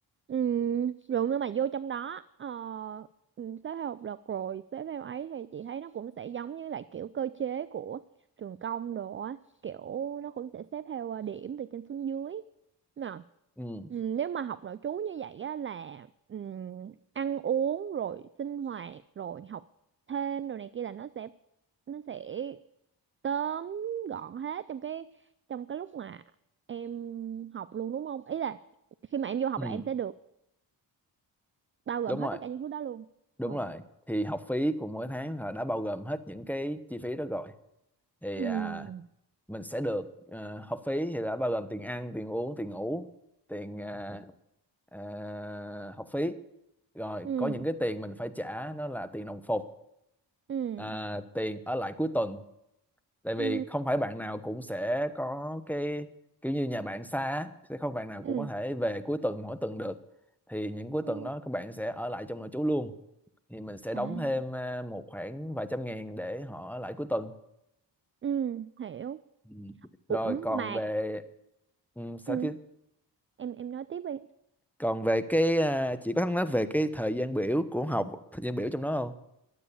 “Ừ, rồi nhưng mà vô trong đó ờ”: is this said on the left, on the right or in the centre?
Right